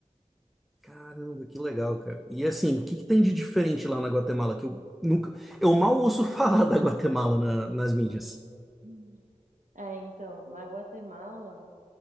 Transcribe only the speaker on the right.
Hum. É, então, na Guatemala,